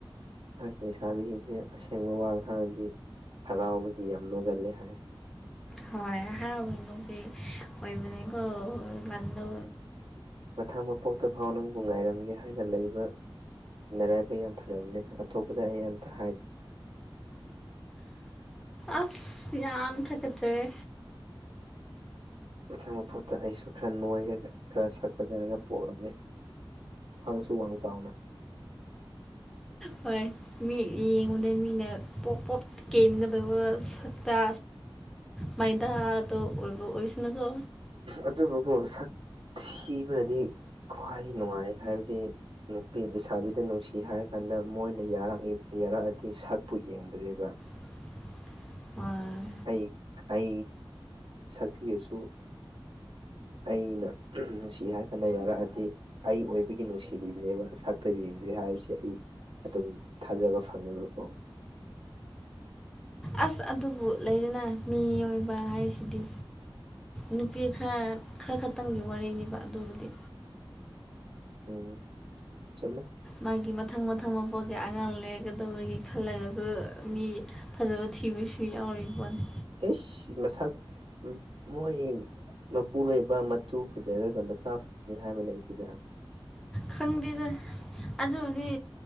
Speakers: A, on the right (about 70°); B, in the centre.
A: ꯍꯥꯏ ꯂꯩꯁꯥꯕꯤꯁꯤꯡꯁꯦ ꯑꯁꯦꯡꯕ ꯋꯥ ꯉꯥꯡꯔꯗꯤ ꯍꯔꯥꯎꯕꯒꯤ ꯌꯥꯝ ꯅꯣꯒꯜꯂꯦ ꯍꯥꯏ
B: ꯍꯣꯏ ꯍꯥꯅꯨ ꯀ ꯑꯣꯏꯕꯅꯦꯀꯣ ꯂꯥꯟꯗ
A: ꯃꯊꯪ ꯃꯄꯣꯛꯇ ꯐꯥꯎ ꯅꯪꯕꯨ ꯉꯥꯏꯔꯝꯒꯦ ꯍꯥꯏꯅ ꯂꯩꯕ ꯅꯔꯥꯏꯕꯛ ꯌꯥꯝ ꯐꯕꯅꯦ ꯑꯇꯣꯞꯄꯗ ꯑꯩ ꯑꯝꯇ ꯍꯥꯏꯗꯦ
B: ꯑꯁ ꯌꯥꯝ ꯊꯥꯒꯠꯆꯔꯦ
A: ꯃꯊꯪ ꯃꯄꯨꯠꯇ ꯑꯩꯁꯨ ꯈꯔ ꯅꯣꯏꯔꯒ ꯈꯔ ꯁꯒꯠꯖꯔꯒ ꯄꯣꯛꯔꯝꯒꯦ ꯋꯥꯪꯁꯨ ꯋꯥꯡ ꯆꯥꯎꯅ
B: ꯍꯣꯏ ꯃꯤ ꯌꯦꯡꯉꯨꯗ ꯃꯤꯅ ꯄꯣꯞ ꯄꯣꯞ ꯀꯦꯟꯒꯗꯕ ꯁꯛꯇ ꯃꯥꯏꯗꯥꯗ ꯑꯣꯏ ꯑꯣꯏꯁꯅꯀꯣ
A: ꯑꯗꯨꯕꯨꯕꯨ ꯁꯛ ꯊꯤꯕꯅꯗꯤ ꯈ꯭ꯋꯥꯏ ꯅꯨꯡꯉꯥꯏ ꯍꯥꯏꯕꯗꯤ ꯅꯨꯄꯤ ꯂꯩꯁꯥꯕꯤꯗ ꯅꯨꯡꯁꯤ ꯍꯥꯏꯔ ꯀꯥꯟꯗ ꯃꯣꯏꯅꯔ ꯌꯥꯔꯛꯑꯗꯤ ꯁꯛꯄꯨ ꯌꯦꯡꯗ꯭ꯔꯦꯕ
B: <unintelligible> ꯍꯣꯏ
A: ꯑꯩ ꯑꯩ ꯁꯊꯤꯗꯁꯨ ꯑꯩꯅ ꯅꯨꯡꯁꯤ ꯍꯥꯏꯐꯅ ꯌꯥꯔꯛꯑꯗꯤ ꯑꯩ ꯑꯣꯏꯕꯒꯤ ꯅꯨꯡꯁꯤꯔꯤꯕꯅꯦꯕ ꯁꯛꯇ ꯌꯦꯡꯗ꯭ꯔꯦ ꯍꯥꯏꯕꯁꯦ ꯑꯩ ꯑꯗꯨꯝ ꯊꯥꯖꯕ ꯐꯪꯉꯦꯕꯀꯣ
B: ꯑꯁ ꯑꯗꯨꯕꯨ ꯂꯩꯗꯅ ꯃꯤꯑꯣꯏꯕ ꯍꯥꯏꯁꯤꯗꯤ ꯅꯨꯄꯤ ꯈꯔ ꯈꯔ ꯈꯛꯇꯪꯒꯤ ꯋꯥꯔꯤꯅꯦꯕ ꯑꯗꯨꯕꯨꯗꯤ
A: ꯎꯝ ꯆꯃꯦ
B: ꯃꯥꯒꯤ ꯃꯊꯪ ꯃꯊꯪ ꯃꯄꯣꯛꯀ ꯑꯉꯥꯡ ꯂꯩꯔꯛꯀꯗꯕꯒꯤ ꯈꯜꯂꯒꯁꯨ ꯃꯤ ꯐꯖꯕ ꯊꯤꯕꯁꯨ ꯌꯥꯎꯔꯤꯕ ꯄꯣꯠꯅꯤ
A: ꯇꯦꯁ ꯃꯁꯜ ꯃꯣꯏ ꯃꯄꯨꯔꯣꯏꯕ ꯃꯆꯨ ꯐꯖꯔꯒ ꯃꯆꯥ ꯐꯖꯅꯤ ꯍꯥꯏꯕ ꯂꯩꯇꯦꯗ
B: ꯈꯪꯗꯦꯗ ꯑꯗꯨ ꯍꯧꯗꯤ